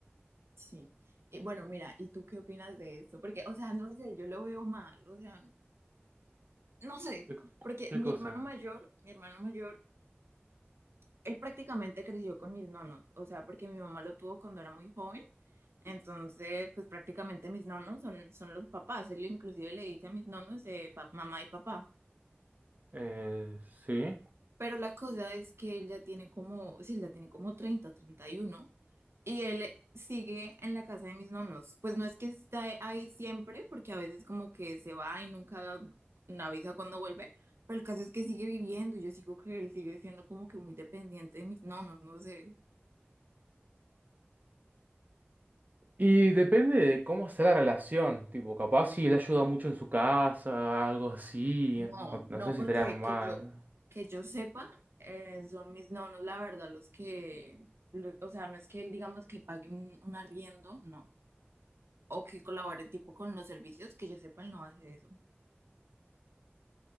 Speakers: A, on the right (about 75°); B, on the right (about 45°).
A: Sí. Y bueno, mira, ¿y tú qué opinas de eso? Porque, o sea, no sé, yo lo veo mal, o sea, no sé,
B: ¿Qué, co-
A: porque
B: qué
A: mi
B: cosa?
A: hermano mayor, mi hermano mayor él prácticamente creció con mis nonos, o sea, porque mi mamá lo tuvo cuando era muy joven, entonces, pues prácticamente mis nonos son, son los papás, él inclusive le dice a mis nonos eh, pa- mamá y papá,
B: Eh, sí.
A: pero la cosa es que él ya tiene como, sí, él ya tiene como 30, 31, y uno, y él sigue en la casa de mis nonos, pues no es que está ahí siempre, porque a veces como que se va y nunca avisa cuando vuelve, pero el caso es que sigue viviendo y yo sigo que él sigue siendo como que muy dependiente de mis nonos, no sé.
B: Y depende de cómo sea la relación, tipo, capaz si él ayuda mucho en su casa, algo así,
A: No,
B: no, no
A: no,
B: sé si
A: porque
B: estaría mal.
A: que yo, que yo sepa, eh, son mis nonos, la verdad, los que, lo- o sea, no es que él, digamos, que pague un, un arriendo, no, o que colabore tipo con los servicios, que yo sepa, él no hace eso.